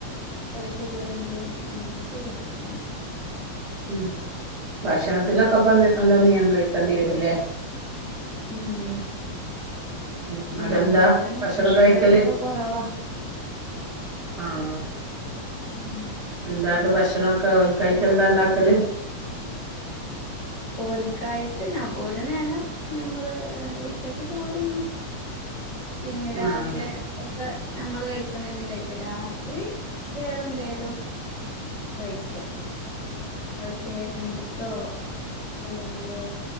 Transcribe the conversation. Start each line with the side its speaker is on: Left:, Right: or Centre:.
Left: ഷുഗറിന്റെയും അങ്ങനെയൊക്കെ കുടിക്കണുള്ളൂ
Right: ഉം ഭക്ഷണത്തിലൊക്കെ ഇപ്പ നല്ല നിയന്ത്രിക്കേണ്ടി വരൂല്ലേ
Left: ഉം
Right: ഉം
Left: നിയന്ത്രിക്കണം
Right: അതെന്താ ഭക്ഷണം
Left: നിയന്ത്രണം
Right: കഴിക്കല്
Left: ഇപ്പൊ കൊറവാ
Right: ആഹ്
Left: ഉം
Right: എന്താണ്ട് ഭക്ഷണൊക്കെ ഓൽക്കായിട്ട് എന്താ ഉണ്ടാക്കല്
Left: ഓൽക്കായിട്ട് ഞ ഒരു നേരം ഞമ്മള് ഉച്ചക്ക് ചോറുണ്ണും പിന്നെ രാവിലെ
Right: ആഹ്
Left: നമ്മള് കഴിക്കണ തന്നെ കഴിക്ക രാത്രി വേറെ എന്തേലും കഴിക്കും ചേമ്പ്ത്തോ അല്ലെങ്കില്